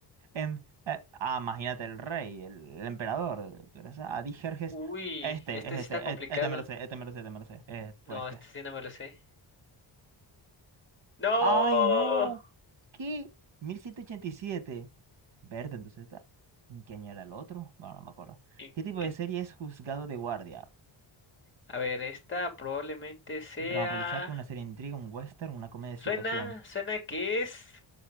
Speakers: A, on the right (about 65°); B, on the left (about 25°).
A: Em, eh, ah, imagínate el rey, el, el emperador. Tú eres Adijerjes.
B: Uy,
A: Este,
B: este
A: es este,
B: sí está complicado.
A: este, este merced, este merced, este merced. eh, fue
B: No,
A: este.
B: este sí no me lo sé. ¡No!
A: ¡Ay, no! ¿Qué? 1187. Verde, entonces está. ¿En qué año era el otro? Bueno, no me acuerdo.
B: ¿Y
A: ¿Qué tipo
B: qué-
A: de serie es Juzgado de Guardia?
B: A ver, esta probablemente sea.
A: Drama policíaco, una serie de intriga, un western, una comedia de
B: Suena,
A: situación.
B: suena que es.